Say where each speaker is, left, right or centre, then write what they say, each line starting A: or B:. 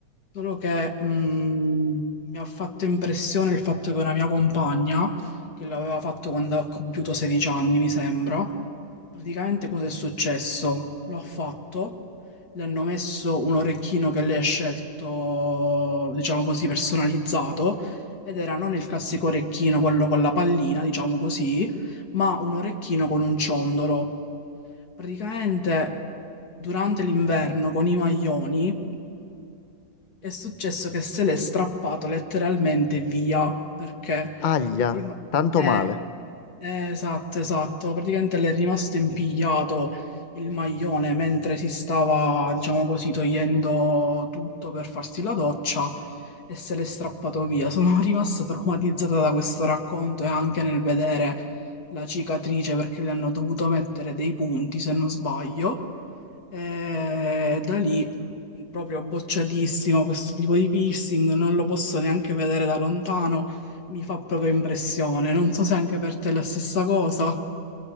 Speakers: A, on the left; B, on the left.
A: Solo che mh, mi ha fatto impressione il fatto che una mia compagna, che l'aveva fatto quando ha compiuto 16 anni, mi sembra, praticamente cosa è successo? Lo ha fatto, le hanno messo un orecchino che lei ha scelto, diciamo così, personalizzato, ed era non il classico orecchino, quello con la pallina, diciamo così, ma un orecchino con un ciondolo. Praticamente durante l'inverno con i maglioni è successo che se l'è strappato letteralmente via perché
B: Aglia,
A: gli è rima-
B: tanto
A: eh,
B: male.
A: eh, esatto, esatto. Praticamente le è rimasto impigliato il maglione mentre si stava, diciamo così, togliendo tutto per farsi la doccia e se l'è strappato via. Sono <laughs> rimasta traumatizzata da questo racconto e anche nel vedere la cicatrice perché le hanno dovuto mettere dei punti, se non sbaglio. E da lì mh, proprio bocciatissimo questo tipo di piercing, non lo posso neanche vedere da lontano, mi fa proprio impressione. Non so se anche per te è la stessa cosa.